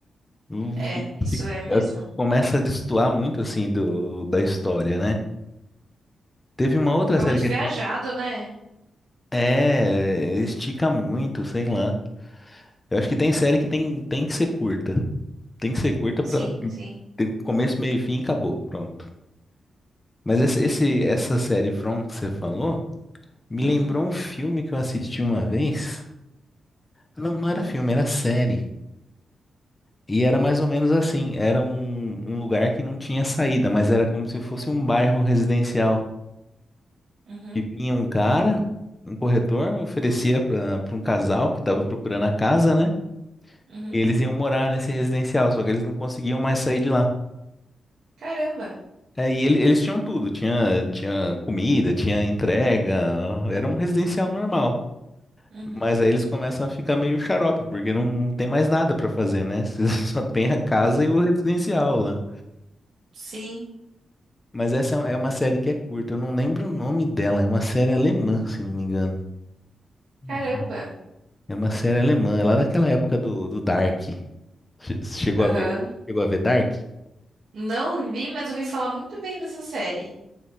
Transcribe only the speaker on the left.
Hum,
fi-
fi-
ela Começa a destoar muito assim do, da história, né? Teve uma outra
série
que
é, estica muito, sei lá. Eu acho que tem série que tem, tem que ser curta. Tem que ser curta
pra
ter o começo, meio e fim e acabou. Pronto. Mas essa- esse, essa série From que você falou me
lembrou um filme que eu assisti uma vez. Não, não
era filme, era série. E era mais ou menos assim. Era um, um lugar que não tinha saída, mas era como se fosse um bairro residencial.
E vinha um cara, um corretor, oferecia pra pra um casal que tava procurando a casa, né?
E eles iam morar nesse residencial, só que eles não conseguiam mais sair de lá.
É, e ele- eles tinham tudo, tinha, tinha comida, tinha entrega, era um residencial normal.
Mas aí eles começam a ficar meio xarope, porque não, não tem mais nada pra fazer, né? <laughs> Você Só tem a casa e o residencial lá.
Mas essa é é uma série que é curta, eu não lembro o nome dela, é uma série alemã, se não me engano. Uhum.
É uma série alemã, é lá daquela época do, do Dark. Che- Chegou
a ver, chegou a ver Dark?